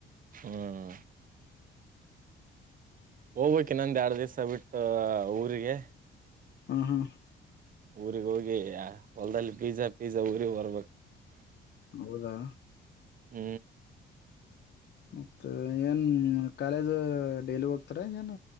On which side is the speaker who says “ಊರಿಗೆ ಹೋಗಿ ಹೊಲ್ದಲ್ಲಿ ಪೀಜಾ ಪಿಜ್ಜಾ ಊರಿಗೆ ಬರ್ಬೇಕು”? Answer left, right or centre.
Right